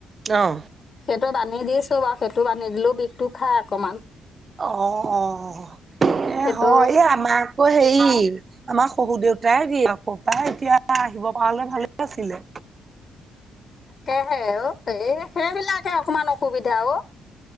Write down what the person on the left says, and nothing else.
সেইটো বান্ধি দিছ <unintelligible> সেইটো বান্ধি দিলেও বিষটো খাই অকমান।
সেইটো
এঅ' এ সেইবিলাকে অকমান অসুবিধা অ'।